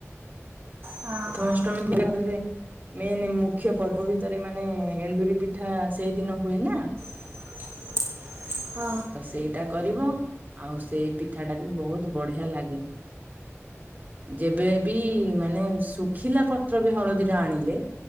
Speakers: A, on the right; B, on the right.
A: ହଁ
B: ପ୍ରଥମାଷ୍ଟମୀ
A: ହଁ ଆଉ
B: <inaudible> <unintelligible> ମେନେ ମୁଖ୍ୟ ପର୍ବ ଭିତରେ ମାନେ ଏଣ୍ଡୁରି ପିଠା ସେଇଦିନ ହୁଏ ନା
A: <inaudible>
B: ତ ସେଇଟା କରିବ, ଆଉ ସେଇ ପିଠାଟା ବି ବହୁତ ବଢିଆ ଲାଗେ। ଯେବେ ବି ମାନେ ଶୁଖିଲା ପତ୍ର ବି ହଳଦୀ ର ଆଣିଲେ